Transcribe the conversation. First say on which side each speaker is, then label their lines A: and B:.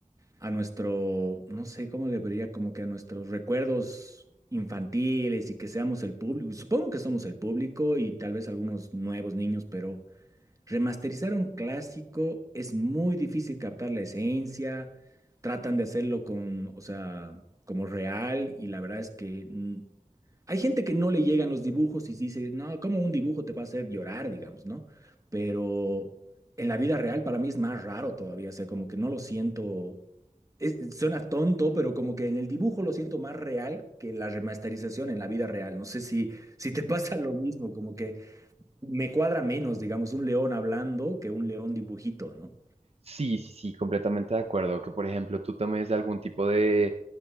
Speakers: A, on the right; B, on the right.
A: a nuestro, no sé cómo le vería, como que a nuestros recuerdos infantiles y que seamos el público. Supongo que somos el público y tal vez algunos nuevos niños, pero Remasterizar un clásico es muy difícil captar la esencia, tratan de hacerlo con, o sea, como real y la verdad es que mm, hay gente que no le llegan los dibujos y sí dice, no, cómo un dibujo te va a hacer llorar, digamos, ¿no? Pero en la vida real para mí es más raro todavía, o sea, como que no lo siento, es- suena tonto, pero como que en el dibujo lo siento más real que la remasterización en la vida real, no sé si, si te pasa lo mismo, como que me cuadra menos, digamos, un león hablando que un león dibujito, ¿no?
B: Sí, sí, sí, completamente de acuerdo. Que por ejemplo tú tomes algún tipo de,